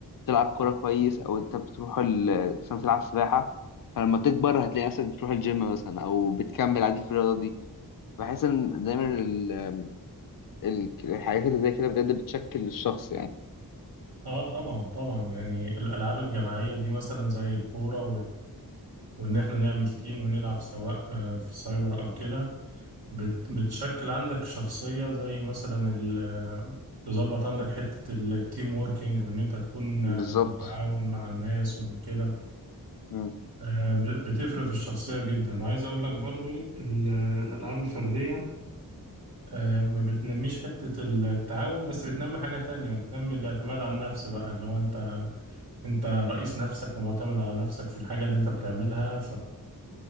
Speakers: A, on the left (about 60°); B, on the right (about 85°).
A: بتلعب كورة كويس أو انت بتروح ال... مثلا بتلعب سباحة فلما تكبر هتلاقي نفسك بتروح الجيم مثلا أو بتكمل عادي في الرياضة دي بحس إن دايما ال... ال... الحاجات اللي زي كده بجد بتشكل الشخص يعني
B: اه طبعا طبعا يعني الالعاب الجماعية دي مثلا زي الكورة وإن إحنا نعمل تيم ونلعب سواء آه، في سايبر أو كده بت- بتشكل عندك شخصية زي مثلا ال- آه، تظبط عندك حتة التيم ووركينج وإن أنت تكون
A: بالظبط
B: آه، متعاون مع الناس وكده
A: مم.
B: آه، ب- بتفرق في الشخصية جدا عايز أقول لك برضو ال- آه، الألعاب الفردية آه، ما بتنميش حتة التعاون بس بتنمي حاجة تانية بتنمي الاعتماد على النفس بقى اللي هو أنت انت رئيس نفسك ومعتمد على نفسك في الحاجة اللي انت بتعملها